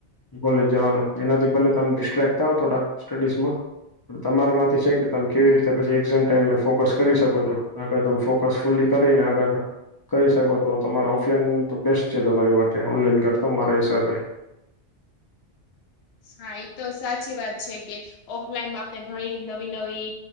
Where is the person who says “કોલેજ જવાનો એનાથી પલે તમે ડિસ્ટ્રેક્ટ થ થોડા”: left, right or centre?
Left